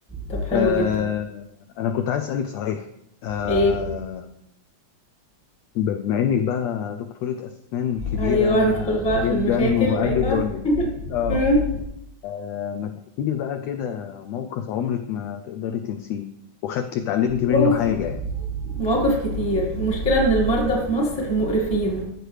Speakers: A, in the centre; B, on the left.
A: طب حلو
B: آه
A: جدًا.
B: أنا كنت عايز أسألك صحيح آه
A: إيه،
B: بما إنك بقى دكتورة أسنان كبيرة
A: أيوه ندخل بقى
B: جدا
A: في المشاكل،
B: وقد
A: أيوه.
B: الدنيا آه
A: إمم.
B: آه، ما تحكي لي بقى كده موقف عمرك ما تقدري تنسيه وخدتي اتعلمتي منه
A: أوف!
B: حاجة يعني
A: مواقف كتير. المشكلة إن المرضى في مصر مقرفين،